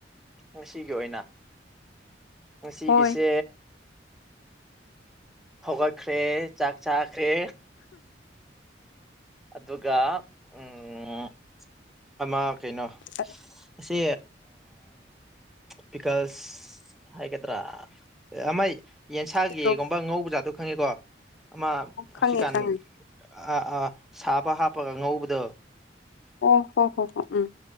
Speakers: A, in the centre; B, on the left.
A: ꯉꯁꯤꯒꯤ ꯑꯣꯏꯅ ꯉꯁꯤꯒꯤꯁꯦ
B: ꯍꯣꯏ
A: ꯍꯧꯒꯠꯈ꯭ꯔꯦ ꯆꯥꯛ ꯆꯥꯈ꯭ꯔꯦ ꯑꯗꯨꯒ ꯎꯝ ꯑꯃ ꯀꯩꯅꯣ
B: ꯑꯗꯣ
A: ꯁꯤ ꯄꯤꯀꯜꯁ ꯍꯥꯏꯒꯗꯔꯥ ꯑꯃꯩ ꯌꯦꯟꯁꯥꯒꯤꯒꯨꯝꯕ
B: ꯄꯤꯀꯜꯁ
A: ꯉꯧꯕ ꯖꯥꯠꯇꯣ ꯈꯪꯉꯦꯀꯣ ꯑꯃ ꯍꯧꯖꯤꯛꯀꯥꯟ
B: ꯈꯪꯉꯦ ꯈꯪꯉꯦ
A: ꯑꯥ ꯑꯥ ꯁꯥꯕ ꯍꯥꯞꯄꯒ ꯉꯧꯕꯗꯣ
B: ꯑꯣ ꯍꯣ ꯍꯣ ꯍꯣ ꯎꯝ